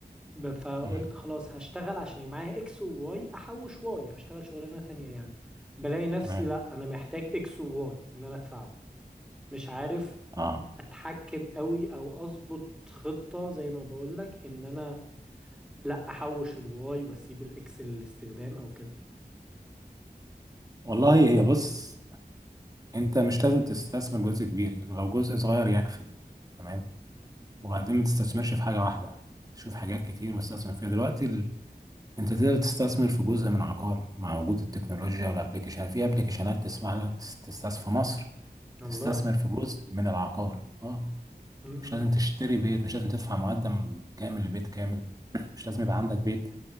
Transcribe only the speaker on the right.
مم.
تمام
اه
والله هي بص انت مش لازم تستثمر جزء كبير لو جزء صغير
يكفي تمام وبعدين ما تستثمرش في حاجه واحده شوف حاجات كتير واستثمر فيها دلوقتي انت تقدر تستثمر في جزء من عقار مع وجود التكنولوجيا والابلكيشن في ابلكيشنات تسمح لك تس- تستثمر في مصر
تستثمر في جزء من العقار اه
مش لازم تشتري بيت مش لازم تدفع مقدم كامل لبيت كامل <clears throat> مش لازم يبقى عندك بيت